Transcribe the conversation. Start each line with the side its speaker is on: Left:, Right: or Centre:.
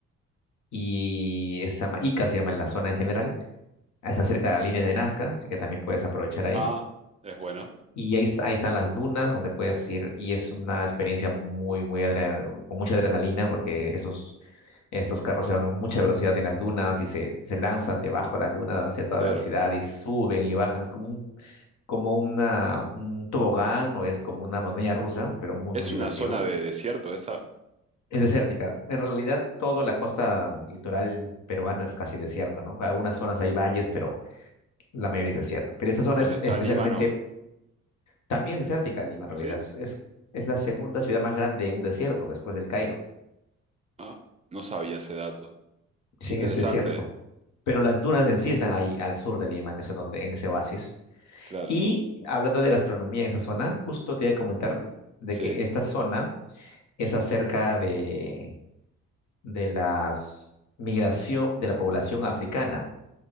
Left: Y esa Ica se llama en la zona en general. Ah, Está cerca de la línea de Nazca, así que también puedes aprovechar ahí.
Right: Ah, es bueno,
Left: Y ahí, est- ahí están las dunas donde puedes ir y es una experiencia muy, muy adre- con mucha adrenalina porque esos, estos carros se van a mucha velocidad en las dunas y se, se lanzan debajo de las dunas a toda
Right: claro.
Left: velocidad y suben y bajan. Es como un, como una, un tobogán o es como una montaña rusa, pero muy,
Right: Es
Left: muy divertido.
Right: una zona de desierto esa,
Left: Es desértica. En realidad, toda la costa litoral peruana es casi desierta, ¿no? Algunas zonas hay valles, pero la mayoría es desierta. Pero esta zona
Right: donde
Left: es
Right: está
Left: especialmente
Right: Lima, no.
Left: También es desértica Lima en realidad.
Right: ¿Sí?
Left: Es, es la segunda ciudad más grande en un desierto después del Cairo.
Right: Ah, no sabía ese dato.
Left: Sí,
Right: Qué interesante,
Left: es desierto. Pero las dunas en sí están ahí al sur de Lima, en ese, donde, en ese oasis.
Right: claro.
Left: Y hablando de gastronomía en esa zona, justo te iba a comentar de
Right: ¿Sí?
Left: que esta zona es acerca de, de la migración de la población africana.